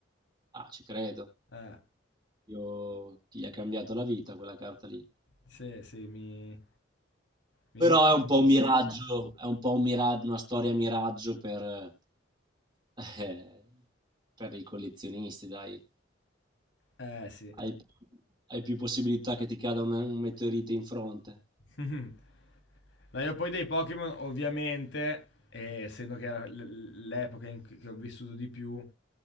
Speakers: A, on the right; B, on the left.
A: Ah, ci credo.
B: Eh.
A: Io, gli ha cambiato la vita quella carta lì.
B: Sì, sì, mi, mi
A: Però
B: ricordo.
A: è un po' un miraggio, è un po' un mira- una storia miraggio per, eh, per i collezionisti, dai.
B: Eh sì,
A: Hai, hai più possibilità che ti cada un, un meteorite in fronte.
B: <laughs> Dai, poi dei Pokémon, ovviamente, eh, essendo che era l- l'epoca in cui che ho vissuto di più,